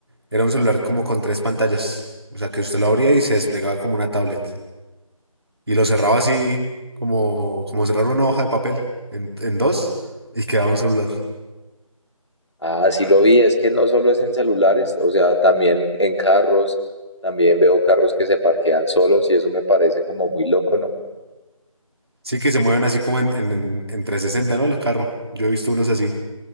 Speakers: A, on the right; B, on the left.
A: era un celular como con tres pantallas, o sea que usted lo abría y se desplegaba como una tablet y lo cerraba así como, como cerrar una hoja de papel en, en dos y quedaba un celular.
B: Ah, sí lo vi, es que no solo es en celulares, o sea, también en carros, también veo carros que se parquean solos y eso me parece como muy loco, ¿no?
A: Sí, que se mueven así como en, en, en en 360, ¿no? El carro. Yo he visto unos así.